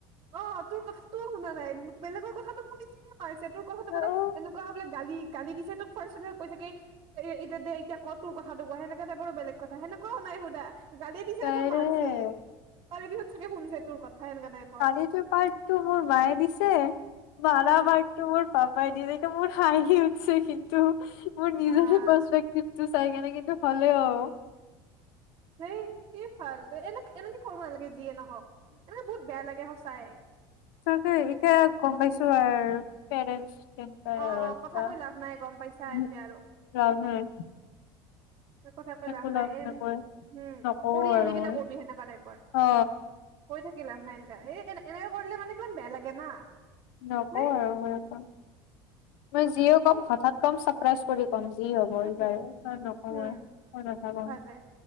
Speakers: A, on the right; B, on the left.
A: অ', তোৰ কথাতো শুনা নাই বেলেগৰ কথাটো শুনিকিনে পাৰিছে তোৰ কথাটো
B: অ
A: মানে এনেকুৱা বোলে গালি - গালি দিছে তো ফাৰ্ষ কৈছে কি এ', এতিয়া দে এতিয়া ক', তোৰ কথাটো কোৱা সেনেকা টাইপৰো বেলেগ কথা সেনেকুৱাও নাই সুধা। জালি দিছে
B: ডাইৰেক্ট
A: তাৰপিছত মাৰছে। তালে বিহুত চাগে হুঞ্জে তোৰ কথাই এনেকা টাইপৰ।
B: সিটো পাৰটো মোৰ মায়ে দিছে, মাৰা
A: উম
B: পাৰটো মোৰ পা হয় দিদি এইটো মোৰ হাইি উঠছে কিন্তু। মোৰ নিজৰে
A: হা
B: প্ৰস্পেক্টিভ। ত', চাই কেনে কিন্তু ভালে অ',
A: হেই ', কি ফাল্টু এনেক - এনেকে কৰিব নালাগে যিয়ে ন। হহ', এনেকে বহুত বেয়া লাগে সচাই। হেয়',
B: তাকেই ইতিয়া গম পাইছো আৰু পেৰেণ্টছ কেইটাই
A: অ
B: আৰু
A: অ
B: এটা
A: কথা কৈ
B: হম',
A: লাভ নাই গম পাইছা এতিয়া আৰু
B: লাভ নাই।
A: কথাকৈ
B: একো
A: লাভ নাই এন
B: নকৰে
A: উম
B: নকওঁ
A: ', কৰি আহি
B: আৰু
A: কিনে
B: মই
A: কবি সেনেকা টাইপৰ
B: অ
A: কৈ থাকি লাভ নাই এনকা, এ -এনে কৰিলে মানে কিমান বেয়া লাগে না।
B: নকওঁ
A: ধেই
B: আৰু মই একো মই যিয়ে
A: অ
B: ক'ম হঠাৎ ক'ম চাপ ৰাইজ কৰি ক'ম যি হয় হ'ব
A: উম
B: আৰু নকওঁ
A: উম
B: আৰু।
A: ভালে